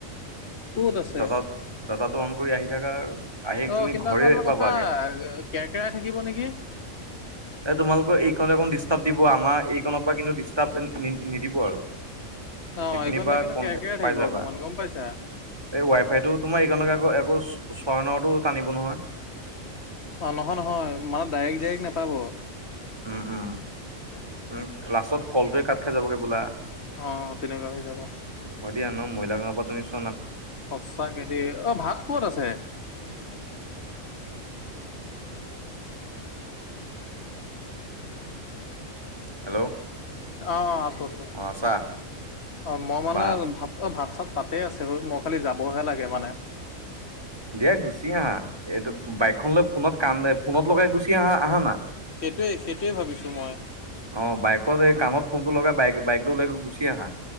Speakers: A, on the left; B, on the right.
A: ক'ত আছে?
B: ডাটা ড়াটাটো অন কৰি আহি থাককা আৰু। আহি
A: অ
B: তুমি
A: কিন্তু
B: ঘৰে
A: আকৌ
B: পাবাগে
A: কথা কেৰকেৰাই থাকিব নেকি।
B: তোমালোকৰ এইকণ কণ ডিষ্টাৰ্ব দিব। আমাৰ এইকণৰ পৰা কিন্তু ডিষ্টাৰ্ব নিদিব আৰু।
A: অ
B: এইখিনিৰ
A: এইকণতে
B: পৰা
A: কিন্তু
B: কনটে
A: কেৰকেৰাই
B: পাই
A: থাকিব
B: যাবা
A: অকমান গম পাইছা।
B: এই ৱাইফাইটো তোমাৰ এইকণ আকৌ একৌ ছয় নটো টানিব নহয়।
A: অ নহয় নহয় মানে ডাইৰেক্ট গাড়ী নেপাব।
B: উম উম উম লাষ্টত কলটোৱে কাত খাই যাবগে বোলা।
A: অ' তেনেকুৱা হৈ যাব।
B: শদিয়া নো <unintelligible>
A: সচা কে দেই অ ভাত কত আছে।
B: হেল্ল'
A: অ অ আছো আছো
B: অ আছা
A: অ মই মানে
B: বা
A: ভাত অ ভাত চাত। তাতে আছে অ মই খালি যাবহে লাগে মানে।
B: দিয়া গুচি আহা এইটো বাইকখন লৈ ফোনত কান্দে ফোনত লগাই গুচি আহা আহানা।
A: সেইটোৱেই সেইটোৱে ভাবিছো মই
B: অ বাইকত এই কাণত ফোন টো লগাই বাইক বাইকটো লৈ গুচি আহা।